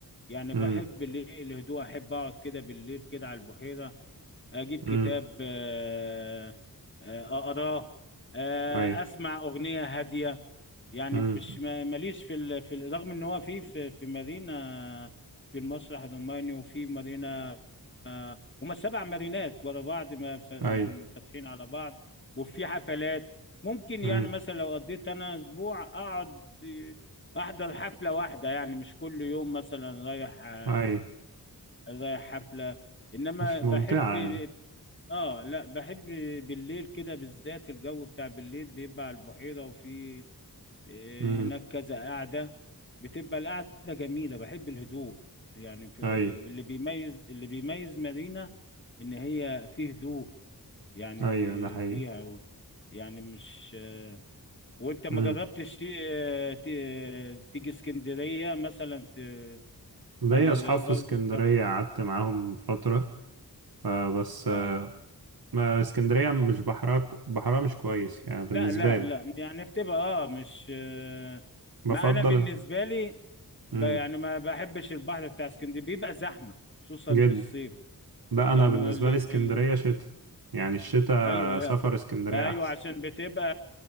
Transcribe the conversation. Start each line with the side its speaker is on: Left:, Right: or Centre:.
Left: يعني
Right: امم
Left: بحب الايه الهدوء احب اقعد كده بالليل كده على البحيرة اجيب كتاب
Right: امم
Left: آه، آه، اقراه آه،
Right: اي
Left: اسمع اغنية هادية يعني
Right: امم
Left: مش ما- ماليش في ال... في ال- رغم ان هو في في في مارينا في المسرح الروماني وفي مارينا هما السبع مارينات ورا بعض ما ف... يعني
Right: اي
Left: فاتحين على بعض وفي حفلات ممكن
Right: امم
Left: يعني مثلا لو قضيت انا اسبوع اقعد آه، احضر حفلة واحدة يعني مش كل يوم مثلا رايح آه،
Right: اي
Left: رايح حفلة انما
Right: مش
Left: بحب
Right: ممتعه يعني
Left: اه لا بحب بالليل كده بالذات الجو بتاع بالليل بيبقى على البحيرة وفي إيه،
Right: امم
Left: هناك كذا قاعدة بتبقى القعدة جميلة بحب الهدوء يعني ب-
Right: اي
Left: اللي بيميز اللي بيميز مارينا إن هي فيه هدوء يعني
Right: ايوه ده حقيقي
Left: فيها يعني مش وانت ما
Right: امم
Left: جربتش تي- ت- تيجي اسكندرية مثلا ت...
Right: ليا
Left: ما هي
Right: اصحاب
Left: قريب
Right: في
Left: برضه
Right: اسكندريه قعدت معاهم فتره آه، بس
Left: اه
Right: ما اسكندرية مش بحرها بحرها مش كويس يعني
Left: لا
Right: بالنسبة
Left: لا
Right: لي
Left: لا يعني بتبقى اه مش آه،
Right: بفضل
Left: ما انا بالنسبة لي ب-
Right: امم
Left: يعني ما بحبش البحر بتاع اسكندرية بيبقى زحمة خصوصا
Right: جد
Left: بالصيف
Right: لا
Left: يعني
Right: أنا بالنسبة
Left: ال... ال...
Right: لي اسكندرية شتاء يعني الشتاء
Left: ايوه ايوه
Right: سفر اسكندرية
Left: أيوه،
Right: أحسن
Left: عشان بتبقى